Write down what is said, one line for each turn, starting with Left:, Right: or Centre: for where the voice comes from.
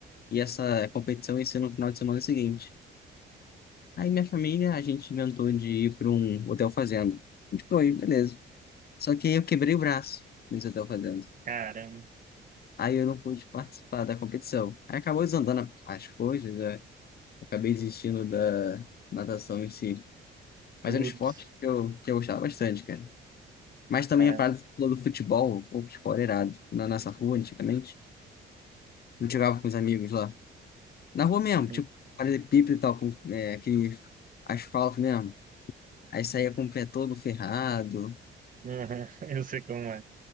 Left: e essa competição ia ser no final de semana seguinte. Aí minha família, a gente inventou de ir para um hotel fazenda. A gente foi, beleza. Só que aí eu quebrei o braço nesse hotel fazenda.
Right: caramba,
Left: Aí eu não pude participar da competição. Aí acabou desandando a- as coisas, né? eu acabei desistindo da natação em si. Mas
Right: putz,
Left: era um esporte que eu, que eu gostava bastante, cara. Mas também
Right: caramba,
Left: a parte do futebol, o futebol era irado. Na nossa rua, antigamente, a gente jogava com os amigos lá. Na rua mesmo,
Right: Uhum,
Left: tipo, paralelepípedo e tal, com é, aquele asfalto mesmo. Aí saía com o pé todo ferrado.
Right: uhum, <laughs> eu sei como é.